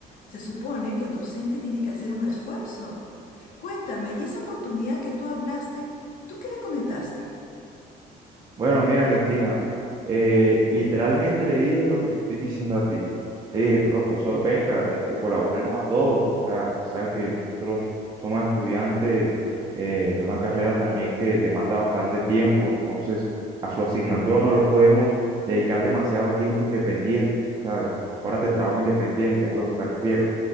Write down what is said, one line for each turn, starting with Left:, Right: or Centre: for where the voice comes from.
Left: Se supone que el docente tiene que hacer un esfuerzo. Cuéntame, ¿y esa oportunidad que tú hablaste, tú qué le comentaste?
Right: Bueno, mira, Cristina, eh, literalmente le dije lo que te estoy diciendo a ti. Le dije, profesor, venga, este, colaborenos a todos. O sea, usted sabe que nosotros somos estudiantes eh, de una carrera también que demanda bastante tiempo, entonces a su asignatura no le podemos dedicar demasiado tiempo independiente, o sea, horas de trabajo independiente, es a lo que me refiero